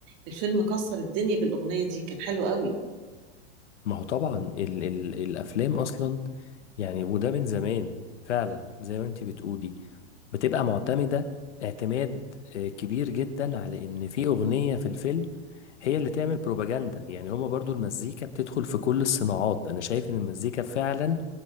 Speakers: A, on the right; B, on the left.
A: الفيلم كسر الدنيا بالأغنية دي كان حلو قوي
B: ما هو طبعا ال ال الافلام اصلا يعني وده من زمان فعلا زي ما انتي بتقولي بتبقى معتمدة اعتماد آه، كبير جدا على ان في اغنية في الفيلم هي اللي تعمل بروباجندا يعني هما برضو المزيكا بتدخل في كل الصناعات انا شايف ان المزيكا فعلا